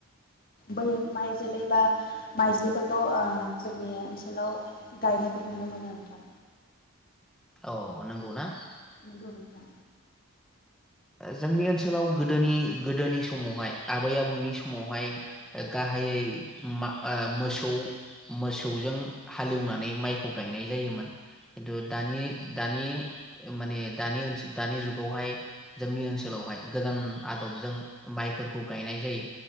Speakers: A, on the left; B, in the centre.
A: बै माइ जोलै बा माइज्लिफोरखौ ओ जोंनि ओनसोलाव गायनायखौ नुनो मोनो थां
B: औ नंगौ ना
A: नंगौ नोंथा
B: जोंनि ओनसोलाव गोदोनि गोदोनि समावहाय आबै आबौनि समावहाय गाहायै मा आआ मोसौ मोसौजों हालेवनानै माइखौ गायनाय जायोमोन खिन्थु दानि दानि माने दानि ओनसो दानि जुगावहाय जोंनि ओनसोलावहाय गोदान आदबजों माइफोरखौ गायनाय जायो